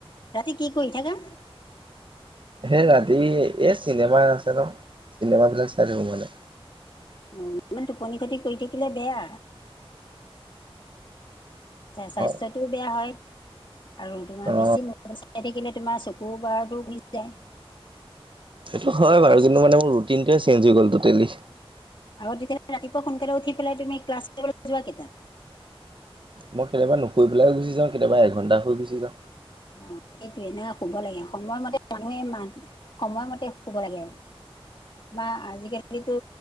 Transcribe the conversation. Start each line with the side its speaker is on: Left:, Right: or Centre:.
Left: ৰাতি কি কৰি থাকা?
Right: সেই ৰাতি, এহ চিনেমা আছে নহ। চিনেমা বিলাক চাই থাকোঁ মানে।
Left: অ ইমান টোপনি খতি কৰি থাকিলে বেয়া স্বাস্থ্যটোও
Right: হয়
Left: বেয়া হয়। আৰু তোমাৰ
Right: অ
Left: বেছি মোবাইল চাই থাকিলে তোমাৰ চকুৰ পাৱাৰটো গুচি যায়।
Right: সেইটো হয় বাৰু কিন্তু মানে মোৰ ৰুটিনটোৱে চেঞ্জ হৈ গ'ল তোটেলী
Left: আকৌ তেতিয়াহলে ৰাতিপুৱা সোনকালে উঠি পেলাই তুমি ক্লাছ কৰিবলৈ যোৱা কেইটাত?
Right: মই কেতিয়াবা নোশুই পেলাই গুচি যাওঁ, কেতিয়াবা এঘণ্টা শুই গুচি যাওঁ।
Left: অহ সেইটোৱে না শুব লাগে। সময়মতে মানুহে মাজ সময়মতে শুব লাগে। বা আজিকালিতো